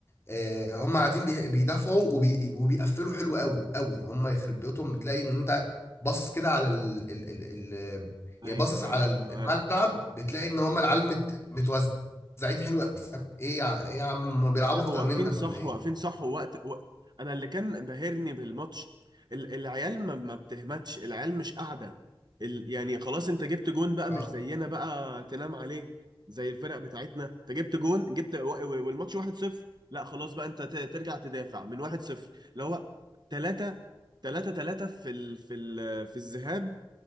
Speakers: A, on the left; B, on the right.
A: آه، هم قاعدين بي- بيدافعوا وبي... وبيقفلوا حلو قوي قوي هم يخرب بيوتهم بتلاقي ان انت باصص كده على ال... ال... ال... ال...
B: ايوه
A: يعني باصص على
B: ايوه
A: الملعب
B: معاك
A: بتلاقي ان هم العيال مت... متوزعين حلو قوي فاهم؟ ايه يا ايه يا عم هم بيلعبوا
B: لا
A: اكتر
B: واقفين
A: منك
B: صح
A: ولا ايه؟
B: واقفين صح ووقت وقت انا اللي كان بهرني بالماتش ال- العيال ما ما بتهمتش العيال مش قاعده ال... يعني خلاص انت جبت جون بقى
A: اه
B: مش زينا بقى تنام عليه زي الفرق بتاعتنا انت جبت جون جبت و... و- والماتش 1-0 لا خلاص بقى انت ت... ترجع تدافع من 1-0 اللي هو 3 3 3 في ال... في ال... في الذهاب